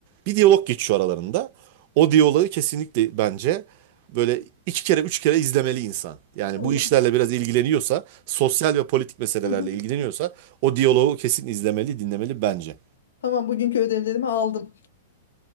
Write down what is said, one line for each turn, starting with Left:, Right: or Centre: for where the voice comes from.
Right: Bir diyalog geçiyor aralarında. O diyaloğu kesinlikle bence böyle iki kere üç kere izlemeli insan. Yani
Left: O
Right: bu
Left: zaman.
Right: işlerle biraz ilgileniyorsa, sosyal ve politik meselelerle
Left: Hı hı.
Right: ilgileniyorsa o diyaloğu kesin izlemeli, dinlemeli bence.
Left: Tamam bugünkü ödevlerimi aldım.